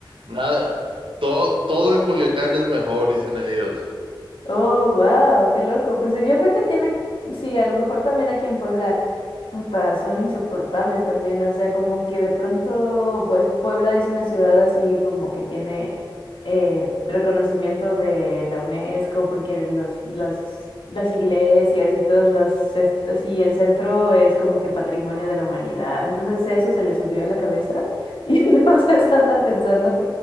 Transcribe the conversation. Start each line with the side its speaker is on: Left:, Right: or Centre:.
Right: nada, todo, todo en Culiacán es mejor, dicen ellos.
Left: Oh, wow, qué loco. Pues eh, yo creo que tiene, sí, a lo mejor también aquí en Puebla, puta, son insoportables también. O sea, como que de pronto, pues Puebla es una ciudad así como que tiene eh, reconocimiento de la UNESCO, porque los, las, las iglesias y todos los, es- así, el centro es como que patrimonio de la humanidad. Entonces eso se le subió a la cabeza <laughs> y entonces andan pensando